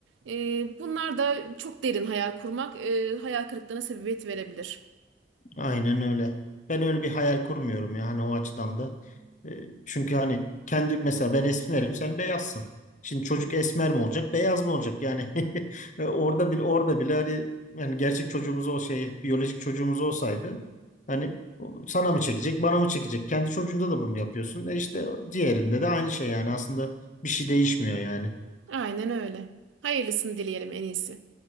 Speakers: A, on the right (about 80°); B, on the left (about 40°).
A: Ee, bunlar da çok derin hayal kurmak, e, hayal kırıklığına sebebiyet verebilir.
B: Aynen öyle. Ben öyle bir hayal kurmuyorum ya hani o açıdan da. E, Çünkü hani kendi mesela ben esmerim sen beyazsın. Şimdi çocuk esmer mi olacak beyaz mı olacak yani <laughs> e, orada bile orada bile hani yani gerçek çocuğumuz o şey biyolojik çocuğumuz olsaydı hani o sana mı çekecek bana mı çekecek kendi çocuğunda da bunu yapıyorsun e işte diğerinde de aynı şey yani aslında bir şey değişmiyor yani
A: Aynen öyle. Hayırlısını dileyelim en iyisi.